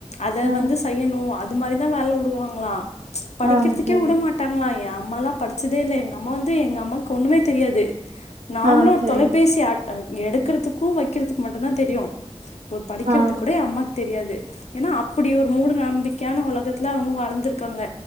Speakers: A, on the left (about 75°); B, on the right (about 85°).
A: அத
B: அ,
A: வந்து செய் அது மாதிரிதான் வேலை விடுவாங்களா படிக்கிறதுக்கே
B: ஆ, சரி.
A: உடமாட்டாங்களா யா அம்மாலா படிச்சதே இல் எங்க அம்மா வந்து எங்க அம்மாக்கு ஒண்ணுமே தெரியாது நார்மலா
B: ஆ,
A: ஒரு
B: சரி.
A: தொலைபேசி ஆட் எடுக்கறதுக்கும் வைக்கிறதுக்கு மட்டும்தான் தெரியும் படிக்கிறது
B: ஆ,
A: கூட அம்மா தெரியாது ஏன்னா அப்படிய ஒரு ஒரு மூட நம்பிக்கையான உலகத்தில் அவங்க வளர்ந்துருக்காங்க